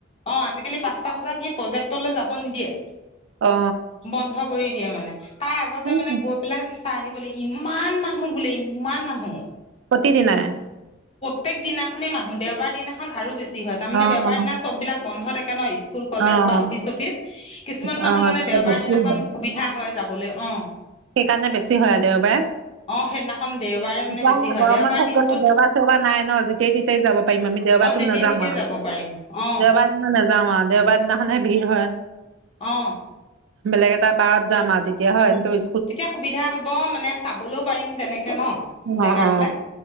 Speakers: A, on the left (about 30°); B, on the right (about 75°).
A: অ', আজিকালি পাঁচটা বজাত সেই প্ৰজেক্টলৈ যাব নিদিয়ে।
B: অ অ
A: বন্ধ কৰি দিয়ে মানে। তাই আগতে
B: অ'।
A: মানে গৈ পেলাই চাই আহিবলৈ ইমান মা টো বুলি, ইমান মানুহ।
B: প্ৰতিদিনাই।
A: প্ৰত্যেক দিনাখনেই মানুহ, দেওবাৰ দিনাখন আৰু বেছি হয়। তাৰমানে
B: অ
A: দেওবাৰ
B: অ
A: দিনা চব বিলাক বন্ধ থাকে ন, স্কুল কলেজ
B: অ অ'।
A: বা অফিচ চফিচ। কিছুমান
B: অ',
A: মানুহ মানে
B: তেতিয়া
A: দেওবাৰ
B: বেছি
A: দিনাখন
B: হয়।
A: সুবিধা হয় যাব বলে, অ'।
B: সেইকাৰণে বেছি হয় আৰু দেওবাৰে। তেতিয়াহলে
A: অ সেইদিনাখন দেওবাৰে মানে বেছি হয়
B: গৰম
A: দেওবাৰ
B: বন্ধত
A: দিনটোত
B: গলে দেওবাৰ চেওবাৰ নাই ন, যেতিয়াই তেতিয়াই যাব পাৰিম। আমি দেওবাৰটোত
A: অ যেতিয়াই
B: নেযাওঁ
A: তেতিয়াই
B: আও।
A: যাব পাৰিম অ
B: দেওবাৰ দিনা নেযাওঁ আও। দেওবাৰ দিনাখনহে ভিৰ হয়। ব
A: অ।
B: বেলেগ এটা বাৰত যাম আৰু, তেতিয়া হয় সেইটো
A: তেতিয়া সুবিধা হব, মানে চাবলৈও পাৰিম তেনেকে ন।
B: অ',
A: জেগাবিলাক
B: অ,